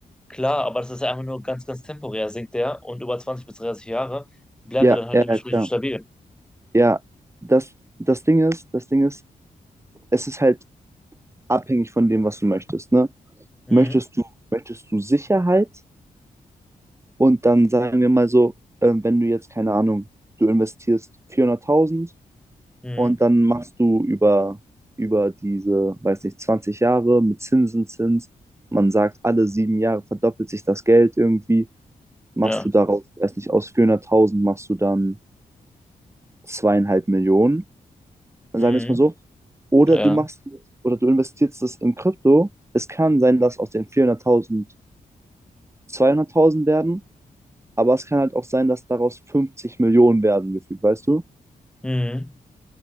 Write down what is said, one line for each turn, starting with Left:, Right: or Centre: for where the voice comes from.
Centre: Klar, aber das ist ja einfach nur ganz, ganz temporär, sinkt der und über 20 bis 30 Jahre bleibt
Right: Ja,
Centre: er dann halt
Right: ja,
Centre: Ja. dementsprechend
Right: ja, klar.
Centre: stabil.
Right: Ja, das, das Ding ist, das Ding ist, es ist halt abhängig von dem, was du möchtest, ne?
Centre: Mhm.
Right: Möchtest du, möchtest du Sicherheit? Und dann sagen wir mal so, ähm, wenn du jetzt, keine Ahnung, du investierst 400.000
Centre: Mhm.
Right: und dann machst du über, über diese, weiß nicht, 20 Jahre mit Zinseszins, man sagt, alle sieben Jahre verdoppelt sich das Geld irgendwie, machst
Centre: Ja.
Right: du daraus, weiß nicht, aus 400.000 machst du dann zweieinhalb Millionen sagen
Centre: Mhm.
Right: wir es mal so, oder
Centre: Ja.
Right: du machst oder du investierst es in Krypto. Es kann sein, dass aus den 400.000 200.000 werden, aber es kann halt auch sein, dass daraus 50 Millionen werden gefühlt, weißt du?
Centre: Mhm.